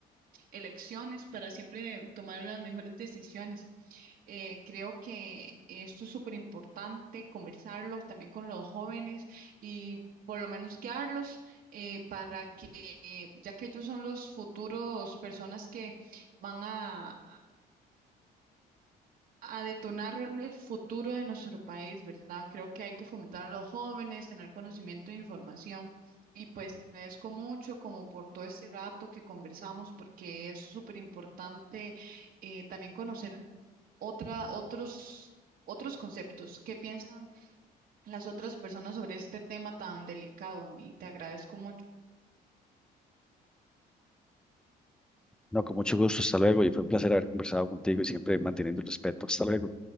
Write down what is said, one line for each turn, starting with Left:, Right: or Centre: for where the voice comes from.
Right: elecciones para siempre tomar las mejores decisiones. Eh, creo que esto es súper importante, conversarlo también con los jóvenes y por lo menos guiarlos eh, para que, eh, ya que ellos son los futuros personas que van a, a detonar el futuro de nuestro país, ¿verdad? Creo que hay que fomentar a los jóvenes, tener conocimiento e información. Y pues te agradezco mucho como por todo este rato que conversamos, porque es súper importante eh, también conocer otra, otros, otros conceptos. ¿Qué piensan las otras personas sobre este tema tan delicado? Y te agradezco mucho.
Centre: No, con mucho gusto, hasta luego y fue un placer haber conversado contigo y siempre manteniendo el respeto. Hasta luego.